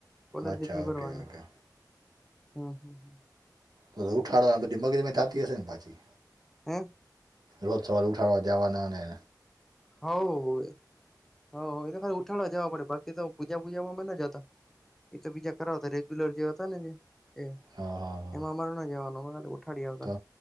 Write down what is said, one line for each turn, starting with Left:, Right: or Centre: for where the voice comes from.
Centre: કોલેજ
Right: અચ્છા
Centre: ની ફી ભરવાની
Right: ઓકે ઓકે
Centre: હ હ હ
Right: તો ઉઠાડવાને બધી મગજમાં થાતી હશે ને પાછી
Centre: હ
Right: રોજ સવાર ઉઠાડવા જવાનાને
Centre: હ હોવે હ હો એ તો ખાલી ઉઠાળવા જવા પડે બાકી તો પૂજા પૂજામાં માં ના જાતા એ તો બીજા કરાવતા રે -- લર જે હતા ને જે એ
Right: હા હા હા
Centre: એમાં અમારો ના જવાનુ ઠાડી આવતા
Right: તો